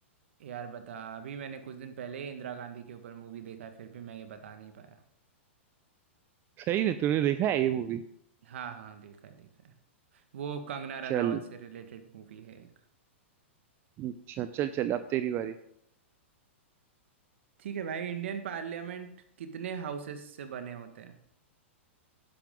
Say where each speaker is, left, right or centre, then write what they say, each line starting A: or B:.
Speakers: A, on the right (about 70°); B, on the right (about 35°).
A: यार बता अभी मैंने कुछ दिन पहले ही इंदिरा गांधी के ऊपर मूवी देखा है फिर भी मैं ये बता नहीं पाया
B: सही है तूने देखा है ये मूवी
A: हाँ हाँ देखा है देखा है वो कंगना रनावत
B: चल
A: से रिलेटेड मूवी है एक
B: अच्छा चल चल अब तेरी बारी
A: ठीक है भाई इंडियन पार्लियामेंट कितने हाउसेस से बने होते हैं